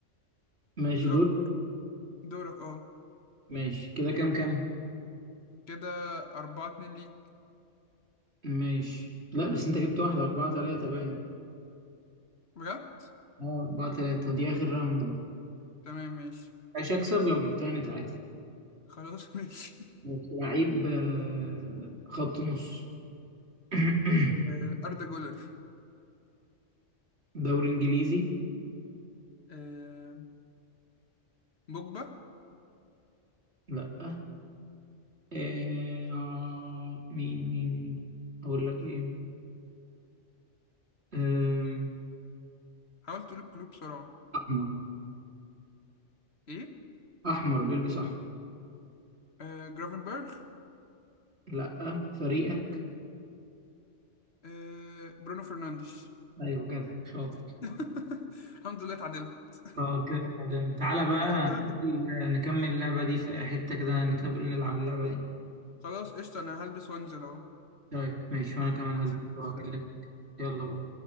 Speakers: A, on the right; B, on the left.
A: ماشي
B: طب
A: دور
B: دورك اه
A: ماشي كده كام كام
B: كده أربعة اتنين ليك
A: ماشي لا بس انت جبت واحدة أربعة تلاتة باين
B: بجد؟
A: اه أربعة تلاتة دي آخر راوند بقى
B: تمام ماشي
A: مش هكسب لو جبتها نتعادل
B: خلاص <laughs> ماشي
A: ماشي. لعيب آه، خط نص <coughs>
B: آه، أردا جولر
A: <clears throat> دوري إنجليزي
B: آه، بوجبا
A: لا آه آه، مين مين مين أقول لك إيه آه
B: حاول تقول الكلوب بسرعة
A: أحمر
B: إيه؟
A: أحمر بيلبس أحمر
B: آه، جرافنبرغ
A: لأ فريقك
B: آه، برونو فرنانديش
A: أيوه كده شاطر
B: <laughs> الحمد لله اتعدلت
A: اه كده تعادلنا تعالى بقى
B: لحقتها في
A: ننزل
B: ال-
A: نكمل اللعبة دي في حتة كده نتقابل نلعب اللعبة دي
B: خلاص قشطة أنا هلبس وأنزل أهو
A: طيب ماشي وأنا كمان
B: ماشي
A: هلبس
B: مع
A: وهكلمك
B: السلامة
A: يلا باي